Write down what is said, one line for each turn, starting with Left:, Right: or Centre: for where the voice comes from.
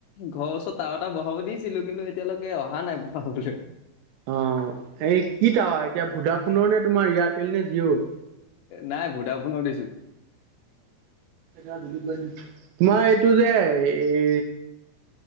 Left: ঘৰৰ ওচৰত তাৱাৰটা বহাব দিছিলো। কিন্তু এতিয়ালৈকে অহা নাই বহাবলে।
Right: অ, এই কি তাৱাৰ এতিয়া ভুডা ফোনৰ নে তোমাৰ এয়াৰটেল নে জিঅ'?
Left: নাই ভোডাফোনৰ দিছো
Right: <unintelligible> তোমাৰ এইটো যে এই